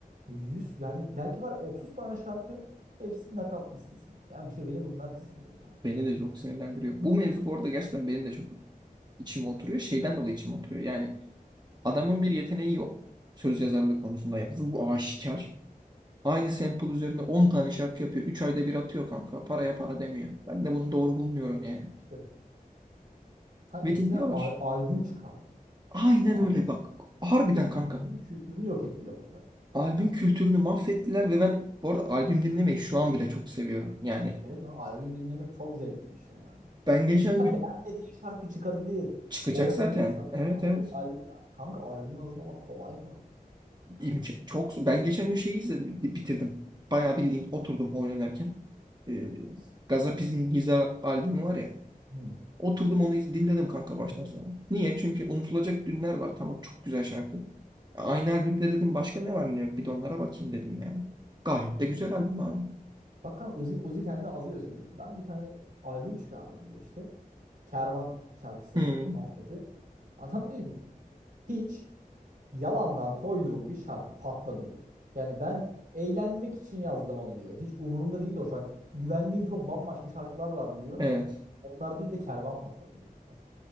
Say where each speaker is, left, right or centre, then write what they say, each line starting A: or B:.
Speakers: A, on the right; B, on the right.
A: 100 yani belki var otuz tane şarkı hepsi nakalt listesi. Yani işte beni bunlar kızdırıyor kanka.
B: Beni de çok sinirlendiriyor. Bu mevzu bu arada gerçekten benim de çok içime oturuyor. Şeyden dolayı içime oturuyor. Yani Adamın bir yeteneği yok. Söz yazarlığı konusunda yaptığı bu aşikar. Aynı sample üzerine 10 tane şarkı yapıyor. üç ayda bir atıyor kanka. Paraya para demiyor. Ben de bunu doğru bulmuyorum yani.
A: İşte kanka
B: Ve
A: eskiden
B: dinliyorlar.
A: al- albüm çıkardı.
B: Aynen
A: Tamam.
B: öyle bak. Harbiden
A: Ya
B: kanka.
A: albüm kültürünü yok etti lavuklar.
B: Albüm
A: Yani
B: kültürünü mahvettiler ve ben bu arada albüm dinlemeyi şu an bile çok seviyorum. Yani
A: evet ama albüm dinlemek çok zevkli bir şey yani.
B: ben geçen
A: E, İçinden
B: gün
A: beğenmediğin şarkı çıkabilir.
B: çıkacak
A: Olabilir
B: zaten.
A: sana
B: Evet
A: ama
B: evet.
A: tabii albüm kanka albüm hazırlamak kolay mı lan?
B: İmk-
A: Yani.
B: çok ben geçen gün şeyi izledim bitirdim. Bayağı bildiğin oturdum oyun oynarken. Ee, Gazapizm'in Hiza albümü var ya.
A: Hı,
B: Oturdum onu iz- dinledim kanka baştan
A: dinledim.
B: sona. Niye? Çünkü unutulacak dünler var. Tamam çok güzel şarkı. Aynı albümde dedim başka ne var ne yok. Bir de onlara bakayım dedim yani. Gayet de güzel albüm abi.
A: Bak kanka Uzi, Uzi kendi ağzıyla söylüyor. Ben bir tane albüm çıkardım diyor işte. Kervan şarkısı
B: Hı,
A: muhabbeti. Adam diyor ki hiç yalandan koyduğum bir şarkı patladı diyor. Yani ben eğlenmek için yazdım onu diyor. Hiç umurumda değildi o şarkı. Güvendiğim çok bambaşka şarkılar vardı diyor.
B: evet.
A: Onlar değil de kervan patladı diyor. Mesela.